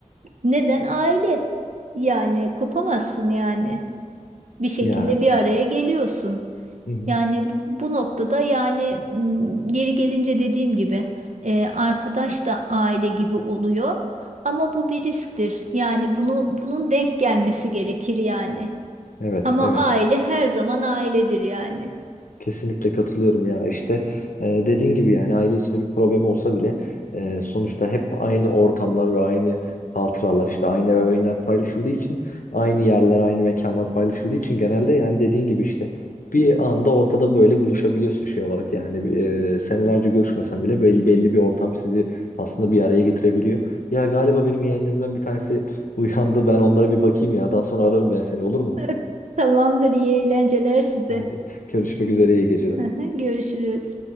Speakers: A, on the right; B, on the left.
A: neden aile yani kopamazsın yani bir şekilde
B: Ya.
A: bir araya geliyorsun
B: Hı hı.
A: yani bu bu noktada yani m, geri gelince dediğim gibi e, arkadaş da aile gibi oluyor. Ama bu bir risktir. Yani bunu bunun denk gelmesi gerekir yani.
B: Evet
A: Ama
B: evet.
A: aile her zaman ailedir yani.
B: Kesinlikle katılıyorum ya işte e, dediğin gibi yani aile içinde bir problem olsa bile e, sonuçta hep aynı ortamlar ve aynı hatıralar işte aynı ebeveynler paylaşıldığı için aynı yerler aynı mekanlar paylaşıldığı için genelde yani dediğin gibi işte bir anda ortada böyle buluşabiliyorsun şey olarak yani e, senelerce görüşmesen bile belli, belli bir ortam sizi aslında bir araya getirebiliyor. Ya galiba benim yeğenlerimden bir tanesi uyandı ben onlara bir bakayım ya daha sonra ararım ben seni olur mu?
A: <laughs> Tamamdır, iyi eğlenceler size.
B: Hadi görüşmek üzere iyi geceler.
A: <laughs> Görüşürüz.